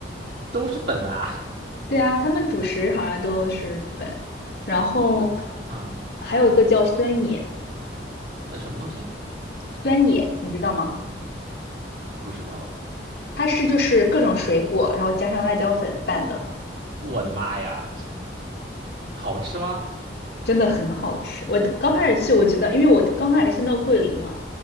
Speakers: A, on the right (about 70°); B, on the left (about 65°).
A: 都是粉啊。<laughs>
B: 对啊，他们主食好像都是粉，然后
A: 那个，嗯，
B: 还有一个叫酸野，
A: 呃，什么东西？
B: 酸野你知道吗？
A: 不知道哎。
B: 它是就是各种水果，然后加上辣椒粉拌的。
A: 我的妈呀，好吃吗？
B: 真的很好吃。我的刚开始去，我觉得，因为我的刚开始先到桂林嘛，